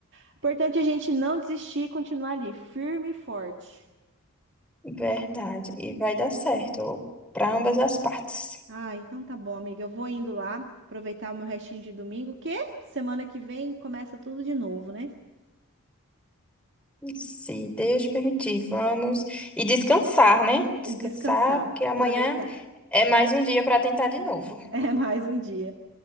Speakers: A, on the right; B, in the centre.
A: O importante é a gente não desistir e continuar ali, firme e forte.
B: verdade. E vai dar certo para ambas as partes.
A: Ah, então tá bom, amiga. Eu vou indo lá, aproveitar o meu restinho de domingo, que semana que vem começa tudo de novo, né?
B: Se Deus permitir, vamos. E descansar, né? Descansar,
A: E descansar,
B: porque
A: aproveitar.
B: amanhã
A: <laughs>
B: é mais um dia para tentar de novo.
A: É mais um dia.